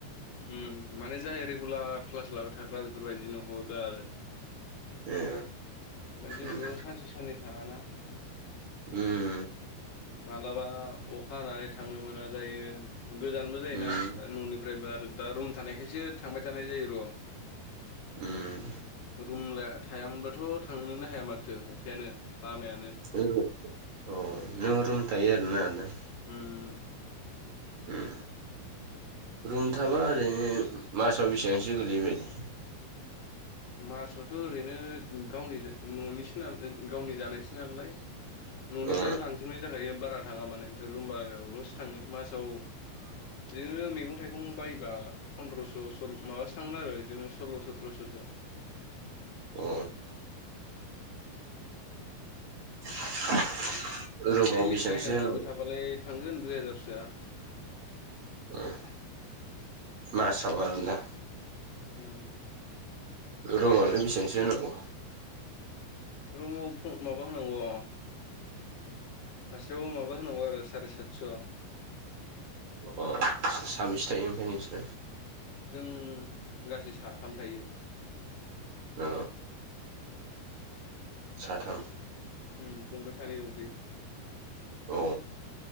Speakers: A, on the left; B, on the right.
A: उम माने जाय रेगुलार क्लास लाबाय थाग्रा बेफोरबायदिनो हरो आरो।
B: ओ
A: ओमफ्राय जोंथ'
B: उम
A: सानसे साननै थांङाना
B: उम।
A: माब्लाबा अखा हानानै थांनो मोना जायो। गोजानबो जायोना
B: उम
A: न'निफ्रायबो आरो दा रुम थानायखायसो थांबाय थानाय जायो र'।
B: उम
A: रुम लाया थायामोनबाथ' थांनोनो हाया माथो अखायानो। लामायानो।
B: ओहो अ नों रुम थायो आरोना नोंथां?
A: उम उम।
B: उम रुम थाबा ओरैनो मासाव बेसेबांसो गोलैयोबायदि?
A: मासावथ' ओरैनो गावनि न'निसो नाला गावनि जानायसो नालाय। न'निफ्रायनो
B: ओ
A: लांजोबनाय जाखायो बारा थाङा माने ओमफ्राय रुमबारावल'सो थाङो। मासाव जोङो मैगं थाइगं बायोबा पन्द्रस' सल' माबासो थांगोन आरो बिदिनो सल्ल' सथ्र'स'सो।
B: अ। <inaudible>
A: दैलिग
B: बेसेबांसो
A: बायना
B: होनांगौ
A: जाबाय थाबालाय थांगोन दुइ हाजारसोआ।
B: ओं मासाव आरोना?
A: ओम।
B: रुमावलाय बेसेबांसो होनांगौ?
A: रुमाव फ माबा होनांगौ। अ सासेयावबो माबा होनांगौ आरो साराय सातस'।
B: अ साबैसे थायो ओमफ्राय नोंसोरो?
A: जों गासै साथाम थायो।
B: ओ। साथाम।
A: उम फंबाय सानै दंफैयो।
B: अ